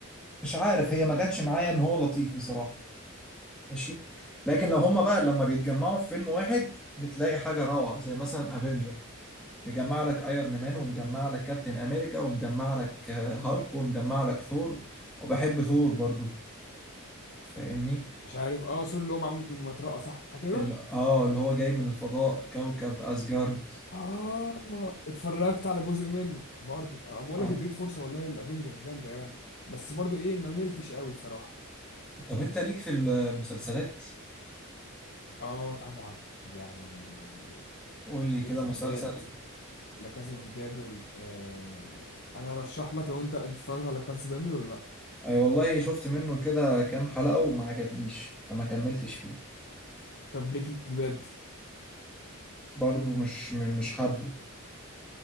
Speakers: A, in the centre; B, on the left (about 55°).
A: مش عارف هي ما جاتش معايا ان هو لطيف بصراحة ماشي لكن لو هما بقى لما بيتجمعوا في فيلم واحد بتلاقي حاجة روعة زي مثلا افنجرز مجمع لك ايرون مان ومجمع لك كابتن امريكا ومجمع لك آه، هالك ومجمع لك ثور وبحب ثور برضو فاهمني
B: مش عارف اه سوري اللي هو معمول من مطرقه صح كده
A: ال... اه اللي هو جاي من الفضاء كوكب اسجارد
B: اه اتفرجت على جزء منه برضه آه بقول
A: اه
B: لك اديت فرصه والله الافينجرز جامده يعني بس برضه ايه ما ملتش قوي بصراحه
A: طب انت ليك في المسلسلات
B: اه طبعا يعني
A: قول لي
B: بريكنج
A: كده مسلسل
B: باد لا كازا دي بابل آه انا ارشح لك لو انت انت اتفرجت على كازا دي بابل ولا لا
A: اي والله شفت منه كده كام حلقة وما عجبنيش فما كملتش فيه
B: طب بريكنج باد
A: برضو مش م- مش حابه